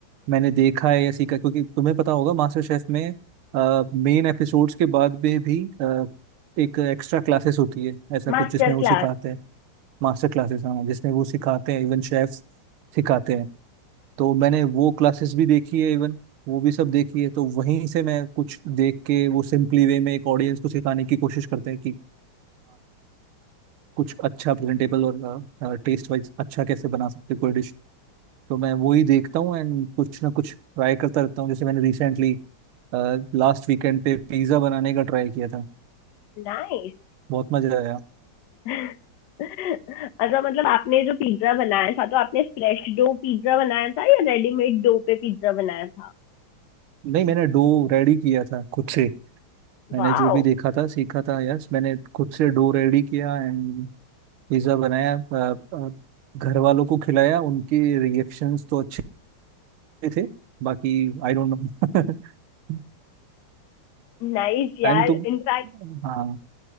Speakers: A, on the right; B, on the left.
A: मैंने देखा है या सीखा है, क्योंकि तुम्हें पता होगा मास्टर शेफ में मेन एपिसोड्स के बाद में भी अ, एक एक्स्ट्रा क्लासेस होती है ऐसा कुछ
B: Master
A: जिसमें वो
B: class
A: सिखाते हैं मास्टर क्लासेस हाँ जिसमें वो सिखाते हैं इवन शेफ सिखाते हैं तो मैंने वो क्लासेस भी देखी है इवन वो भी सब देखी है तो वहीं से मैं कुछ देख के वो सिंपली वे में एक ऑडियंस को सिखाने की कोशिश करते हैं कि कुछ अच्छा प्रेजेंटेबल और टेस्ट वाइज अच्छा कैसे बना सकते हैं कोई डिश तो मैं वो ही देखता हूँ एंड कुछ ना कुछ ट्राई करता रहता हूँ जैसे मैंने रिसेंटली लास्ट वीकेंड पे पिज्ज़ा बनाने का ट्राई किया था
B: नाइस
A: बहुत मजा आया
B: <laughs> अच्छा मतलब आपने जो पिज्जा बनाया था तो आपने फ्रेश डो पिज्जा बनाया था या रेडीमेड डो पे पिज्जा बनाया था
A: नहीं मैंने डो रेडी किया था खुद से मैंने
B: वाओ
A: जो भी देखा था सीखा था यस मैंने खुद से डो रेडी किया एंड पिज्ज़ा बनाया अ, अ, घर वालों को खिलाया उनके रिएक्शंस तो अच्छे थे बाकी आई डोंट नो <laughs>
B: नाइस यार
A: एंड तुम
B: इनफैक्ट
A: हाँ